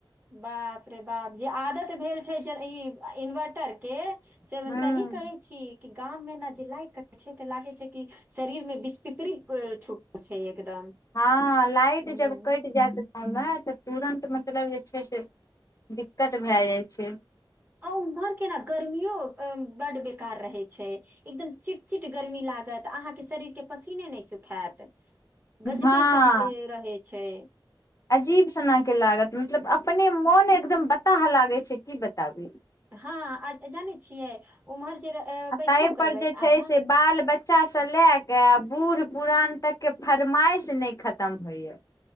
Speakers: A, on the right (about 20°); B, on the left (about 40°).
A: बाप रे बाप जे आदत भेल छै जे ई इन्वर्टर केँ से
B: ह
A: सही कहे छी कि गाम मे नऽ जे लाइट कटै छै तऽ लागै छै कि शरीर मे बिस्फिपरि छूटल छै एकदम
B: हँ लाइट
A: हम्म,
B: जब कइट जैत गाँवमे तऽ तुरन्त मतलब जे छै से दिक्कत भेय जाइ छै
A: आ उऊम्हर केँ नऽ गर्मियो बड्ड बेकार रहै छै एकदम चिटचिट गर्मी लागत अहाँकेँ शरीर केँ पसीने नय सुखैत गजबे
B: हँ
A: सन रहै छै
B: अजीब सनक लागत मतलब अपने मोन एकदम बताह लागै छै की बताबी
A: हँ आ जानै छियै ओम्हर जे
B: आ
A: बैसबो
B: ताहि पर
A: करबै
B: जे छै
A: अहाँ
B: से बाल बच्चाँ लय कऽ आ बूढ़ पुरान तक केँ फरमाइश नइ खतम होइ य